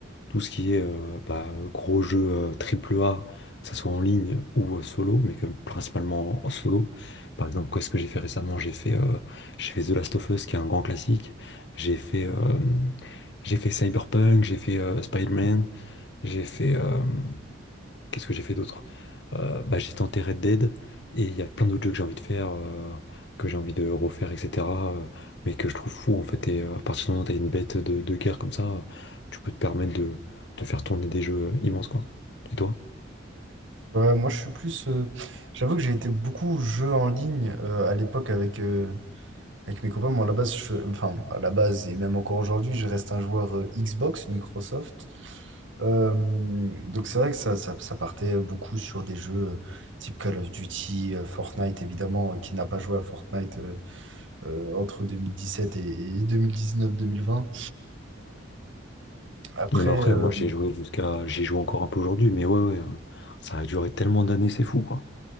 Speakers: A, on the left; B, on the right.
A: tout ce qui est euh, bah, gros jeux euh, triple A, que ce soit en ligne ou euh, solo, mais comme principalement en solo. Par exemple, qu'est-ce que j'ai fait récemment? J'ai fait, euh, j'ai fait The Last of Us, qui est un grand classique. J'ai fait, euh, j'ai fait Cyberpunk, j'ai fait euh, Spider-Man, j'ai fait, euh, Qu'est-ce que j'ai fait d'autre? Euh, bah, j'ai tenté Red Dead et il y a plein d'autres jeux que j'ai envie de faire, euh, que j'ai envie de refaire, etc. euh, mais que je trouve fou en fait. Et euh, à partir du moment où t'as une bête de, de guerre comme ça, tu peux te permettre de, de faire tourner des jeux immenses quoi. Et toi?
B: Euh, moi, je suis plus. euh, j'avoue que j'ai été beaucoup jeux en ligne euh, à l'époque avec, euh, avec mes copains. Moi, à la base, je- enfin, à la base, et même encore aujourd'hui, je reste un joueur euh, Xbox, Microsoft. Euh, donc, c'est vrai que ça, ça, ça partait beaucoup sur des jeux euh, type Call of Duty, euh, Fortnite, évidemment. euh, qui n'a pas joué à Fortnite euh, euh, entre sept et, 2019-2020. après,
A: Même après,
B: euh,
A: moi Ouais. j'ai joué jusqu'à, j'y joue encore un peu aujourd'hui, mais ouais, ouais, euh, ça a duré tellement d'années, c'est fou quoi.